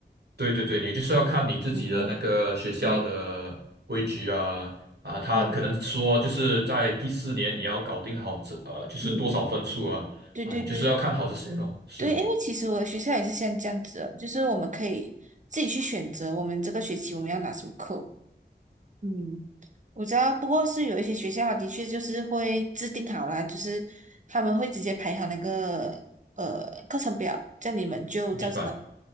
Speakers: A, on the right; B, on the right.
A: 对对对，你就是要看你自己的那个学校的规矩啊啊，
B: 哦，对，
A: 他可能说就是在第四年你要搞定好这呃，
B: 哦，
A: 就是多少分数啊啊，
B: 嗯嗯，对对对
A: 你就是要看好这些咯。是，
B: 对，因为其实我的学校也是像这样子的就是我们可以自己去选择我们这个学期我们要拿什么课。嗯，我知道，不过是有一些学校，的确就是会制定好啦，就是他们会直接排好那个呃课程表，这样你们就照着来
A: 明白。